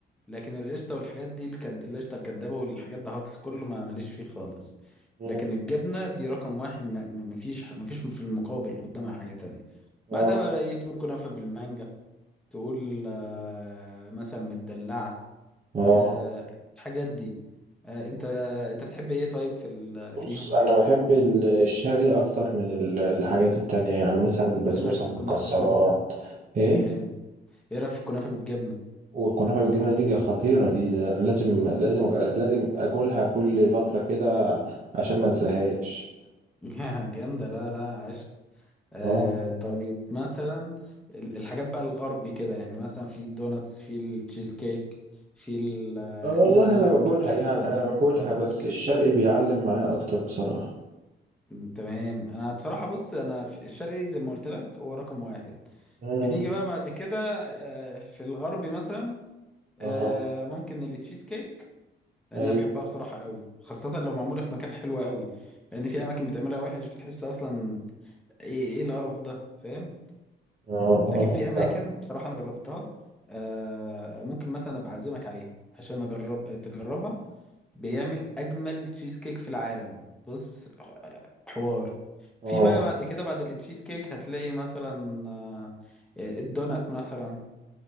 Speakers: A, in the centre; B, on the right.
A: لكن القشطة والحاجات دي الكد... القشطة الكدابة والحاجات ده هاكس كله ما ماليش فيه خالص
B: مم.
A: لكن الجبنة دي رقم واحد ما ما- مفيش ح- مفيش في المقابل قدامها حاجة تانية
B: اه
A: بعدها بقى ايه تقول كنافة بالمانجا تقول آه، مثلا مدلعة
B: اه
A: آه، الحاجات دي آه، انت آه، انت بتحب ايه طيب في ال...
B: بص
A: فيهم
B: انا بحب ال- الشرقي اكتر من ال- الحاجات التانية يعني مثلا البسبوسة
A: طب ايه رأيك في
B: بالمكسرات
A: الكنافة بالجبنة
B: ايه
A: جامد ايه رايك في الكنافه بالجبنه
B: والكنافة بالجبنة دي خطيرة دي ده أنا لازم لازم أجر- لازم أكلها كل فترة كده عشان ما انساهاش
A: <laughs> جامده لا لا عشق آه
B: اه
A: طيب مثلا ال- الحاجات بقى الغربي كده يعني مثلا في الدوناتس في التشيز كيك في ال- آه،
B: آه، والله
A: مثلا
B: أنا
A: نقول
B: باكلها
A: القشطوطه
B: يعني
A: برضه
B: أنا باكلها
A: تعتبر
B: بس
A: كده
B: الشرق بيعلم معايا أكتر بصراحة
A: م، تمام انا بصراحه بص انا في الشرقي زي ما قلت لك هو رقم واحد
B: مم.
A: بنيجي بقى بعد كده آه في الغربي مثلا
B: اه
A: آه ممكن التشيز كيك لان
B: أيوه
A: انا بحبها بصراحه قوي خاصه لو معموله في مكان حلو قوي لان في اماكن بتعملها وحش بتحس اصلا ايه ايه القرف ده فاهم
B: اه
A: لكن
B: اه
A: في اماكن بصراحه انا جربتها آه ممكن مثلا ابقى اعزمك عليها عشان اجرب تجربها بيعمل اجمل تشيز كيك في العالم بص آه، حوار
B: اه
A: في بقى بعد كده بعد التشيز كيك هتلاقي مثلا آه، آه، الدونات مثلا